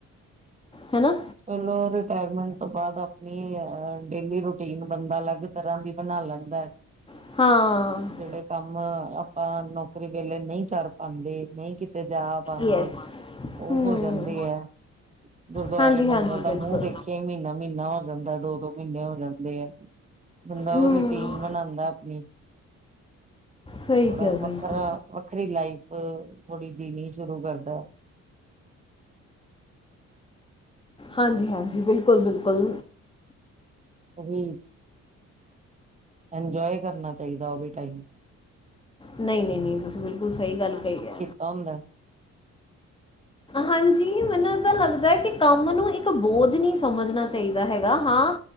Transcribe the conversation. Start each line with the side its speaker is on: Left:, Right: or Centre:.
Left: ਹੈਨਾ?
Right: ਚਲੋ ਰਿਟਾਇਰਮੈਂਟ ਤੋਂ ਬਾਦ ਆਪਨੀ ਅ ਡੇਲੀ ਰੂਟੀਨ ਬੰਦਾ ਅਲੱਗ ਤਰ੍ਹਾਂ ਦੀ ਬਣਾ ਲੈਂਦੈ। <inaudible>
Left: ਹਾਂ।
Right: ਜੇੜੇ ਕੰਮ ਆਪਾਂ ਨੌਕਰੀ ਵੇਲੇ ਨਈਂ ਕਰ ਪਾਂਦੇ, ਨਈਂ ਕਿਤੇ ਜਾ ਪਾਂਦੇ
Left: ਯੈਸ ਹਮ
Right: ਓ ਹੋ ਜਾਂਦੇ ਐ। ਗੁਰਦੁਆਰੇ,
Left: ਹਾਂਜੀ
Right: ਮੰਦਿਰ
Left: ਹਾਂਜੀ
Right: ਦਾ
Left: ਬਿਲਕੁਲ
Right: ਮੂੰਹ ਦੇਖਿਆ ਕਈ ਮਿਨਾ-ਮੀਨਾ ਹੋ ਜਾਂਦੈ, ਦੋ-ਦੋ ਮੀਨੇ ਹੋ ਜਾਂਦੇ ਆ ਬੰਦਾ
Left: ਹਮ
Right: ਓ ਰੂਟੀਨ ਬਨਾਂਦੈ ਅਪਨੀ।
Left: ਸਹੀ
Right: ਥੋੜਾ
Left: ਕਿਹਾ ਸਹੀ
Right: ਵੱਖਰਾ
Left: ਤੂੰ
Right: ਵੱਖਰੀ ਲਾਈਫ ਥੋੜੀ ਜੀਨੀ ਸ਼ੁਰੂ ਕਰਦੈ ਓ।
Left: ਹਾਂਜੀ-ਹਾਂਜੀ, ਬਿਲਕੁਲ-ਬਿਲਕੁਲ।
Right: <inaudible> ਇੰਜੋਏ ਕਰਨਾ ਚਾਈਦਾ, ਓਵੀ ਟਾਈਮ।
Left: ਨਹੀਂ- ਨਹੀਂ -ਨਹੀਂ ਤੁਸੀਂ, ਬਿਲਕੁਲ ਸਹੀ ਗੱਲ ਕਹੀ ਹੈ
Right: ਆਉਦਾ ਐ
Left: ਹਾਂਜੀ, ਮੈਨੂੰ ਏਦਾਂ ਲੱਗਦਾ ਹੈ ਕਿ, ਕੰਮ ਨੂੰ ਇੱਕ ਆਪਾਂ ਬੋਝ ਨਹੀਂ ਸਮਝਣਾ ਚਾਹੀਦਾ ਹੈਗਾ, ਹਾਂ